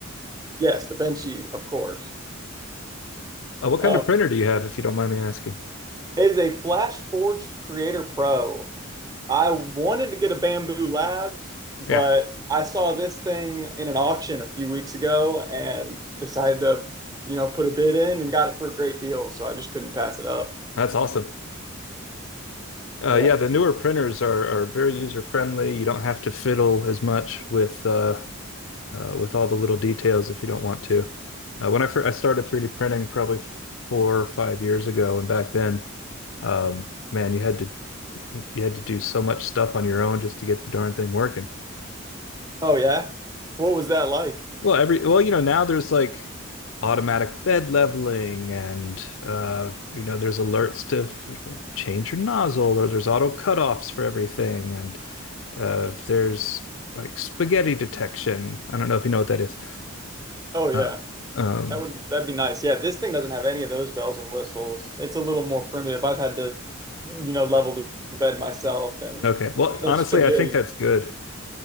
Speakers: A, on the right (about 20°); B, on the left (about 70°).
A: Yes, the Benchy, of course.
B: Uh, what kind
A: Um,
B: of printer do you have, if you don't mind me asking?
A: it is a Flash Forged Creator Pro. I wanted to get a Bamboo Labs, but
B: Yeah,
A: I saw this thing in an auction a few weeks ago and decided to, you know, put a bid in and got it for a great deal. So I just couldn't pass it up.
B: that's awesome. Uh,
A: Yeah.
B: yeah, the newer printers are are very user friendly. You don't have to fiddle as much with uh, uh, with all the little details if you don't want to. Uh, when I first I started 3D printing probably four or five years ago, and back then, um, man, you had to you had to do so much stuff on your own just to get the darn thing working.
A: Oh yeah. What was that like?
B: Well, every well, you know, now there's like automatic bed leveling and uh you know, there's alerts to you know, change your nozzle or there's auto cutoffs for everything and uh there's like spaghetti detection. I don't know if you know what that is.
A: Oh yeah.
B: Uh, um
A: That would that'd be nice. Yeah, this thing doesn't have any of those bells and whistles. It's a little more primitive. I've had to, you know, level the bed myself and
B: okay. Well,
A: there's
B: honestly,
A: spaghetti.
B: I think that's good.